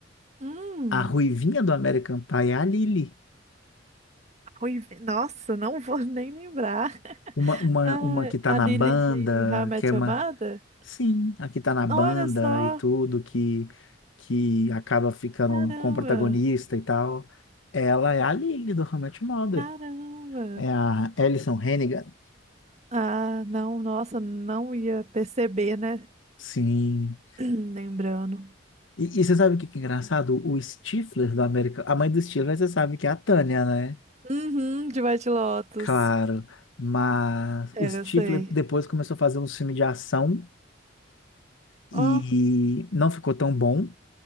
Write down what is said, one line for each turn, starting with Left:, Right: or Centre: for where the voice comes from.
Right: Hum.
Left: A ruivinha do American Pie é a Lily.
Right: Ruivi- Nossa, não vou <laughs> nem lembrar. <laughs>
Left: Uma, uma,
Right: Ah,
Left: uma que tá
Right: a
Left: na
Right: Lily
Left: banda,
Right: de How I Met
Left: que é uma
Right: Your Mother?
Left: Sim, aqui tá na banda
Right: Olha só.
Left: e tudo que que acaba ficando
Right: Caramba.
Left: com o protagonista e tal. Ela é a Lily do How I Met Your Mother.
Right: Caramba.
Left: É a Alison Hannigan.
Right: Ah, não, nossa, não ia perceber, né?
Left: Sim.
Right: <clears throat> Lembrando.
Left: E, e você sabe o que que é engraçado? O Stifler do América, a mãe do Stifler, você sabe que é a Tânia, né?
Right: Uhum, de White Lotus.
Left: Claro, mas
Right: É,
Left: o Stifler
Right: eu sei.
Left: depois começou a fazer um filme de ação e
Right: Ó,
Left: não ficou tão bom.